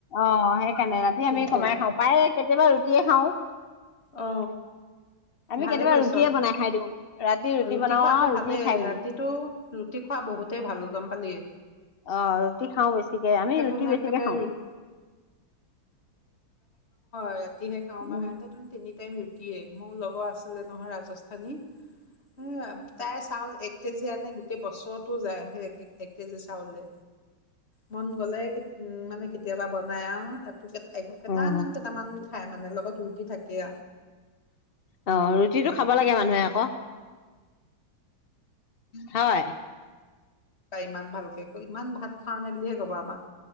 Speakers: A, on the left; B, on the left.
A: আহ্ সেইকাৰণে ৰাতি
B: চিম্পুল
A: আমি কমাই খাওঁ প্ৰায় কেতিয়াবা ৰুটিয়ে খাওঁ
B: অ
A: আমি
B: ভালে
A: কেতিয়াবা
B: কৰিছ
A: ৰুটিয়ে বনাই খাই দিওঁ ৰাতি
B: ৰুটি
A: বনাও
B: খোৱাতটো
A: আৰু ৰুটি
B: ভালেই
A: খাই দিওঁ
B: ৰাতিটো ৰুটি খোৱা বহুতেই ভাল গম পালি
A: অ ৰুটি খাও বেছিকে আমি ৰুটি
B: তোন
A: বেছিকে
B: একেবাৰে
A: খাওঁ
B: ৰু- কৰাত ইহে খাওঁ
A: উম
B: বা হয়ে তিনি টাইম ৰুটিয়ে মোৰ লগৰ আছে নহয় ৰাজস্থানৰ আনি উম তাই চাউল এক কেজি আনে গোটেই বছৰতো যায় সেই এক কেজি চাউলে মন গলে উম মানে কেতিয়াবা বনাই আৰু তাকো কেইটামান
A: উম
B: কেইটামান খাই মানে লগত ৰুটি থাকে থাকে আৰু
A: অ ৰুটিটো খাব লাগে মানুহে আকৌ হয়
B: হয় ইমান ভালকে ইমান ভাত খাও নে বুলিহে কব আমাক